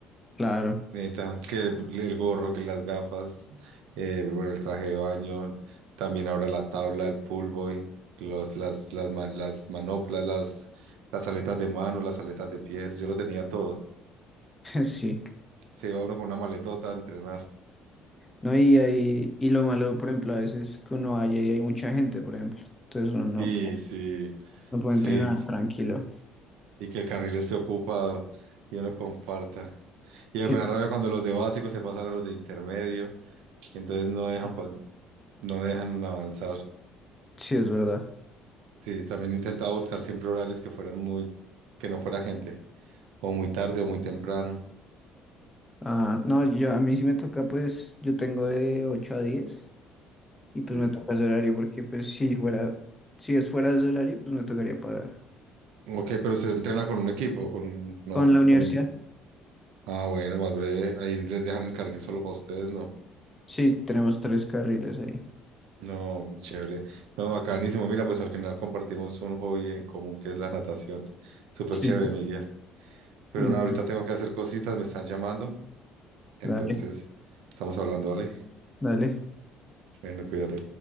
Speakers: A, on the left; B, on the right.
A: claro,
B: neta que el gorro, que las gafas, eh, bueno, el traje de baño, también ahora la tabla, el pool boy, los, las, las, ma- las manoplas, las, las aletas de mano, las aletas de pies, yo lo tenía todo.
A: <laughs> sí.
B: Se iba uno con una maletota a entrenar.
A: No, y, ahí- y lo malo, por ejemplo, a veces que uno vaya y hay mucha gente, por ejemplo. Entonces uno no,
B: Y sí,
A: no puede
B: sí,
A: entrenar tranquilo.
B: y que el carril esté ocupado y uno comparta. Y me
A: Sí,
B: da rabia cuando los de básico se pasan a los de intermedio, y entonces no dejan,
A: sí.
B: pa- no dejan avanzar.
A: Sí, es verdad.
B: Sí, también intentaba buscar siempre horarios que fueran muy, que no fuera gente, o muy tarde o muy temprano.
A: Ah, no, yo a mí sí me toca, pues, yo tengo de 8 a 10 y pues
B: Sí.
A: me toca ese horario porque pues si fuera, si es fuera de ese horario, pues me tocaría pagar.
B: Ok, pero se entrena con un equipo, con, no,
A: Con la universidad,
B: con equipo. Ah, bueno, más breve, ahí les dejan el carril solo para ustedes, no.
A: sí, tenemos tres carriles ahí.
B: No, chévere. No, bacanísimo. Mira, pues al final compartimos un hobby en común que es la natación. Súper
A: Sí.
B: chévere, Miguel. Pero
A: Y en-
B: nada, ahorita tengo que hacer cositas, me están llamando. Entonces,
A: dale,
B: estamos hablando, ¿vale?
A: dale.
B: Bueno, cuídate.